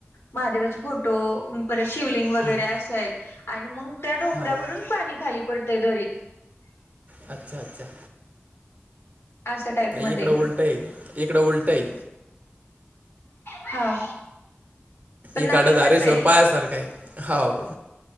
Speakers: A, on the left (about 70°); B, on the right (about 35°).
A: महादेवाचे फोटो परत शिवलिंग वगैरे
B: हम्म,
A: असेय. आणि मग त्या डोंगरावरून
B: हो का
A: पाणी खाली पडतंय दरीत.
B: अच्छा अच्छा
A: असा टाईप मध्ये
B: इकडं उलट आहे. इकड उलट आहे.
A: हा पण नाव
B: इकड
A: एकच
B: धारेश्वर
A: आहे
B: पाह्य सारखं आहे. हाव.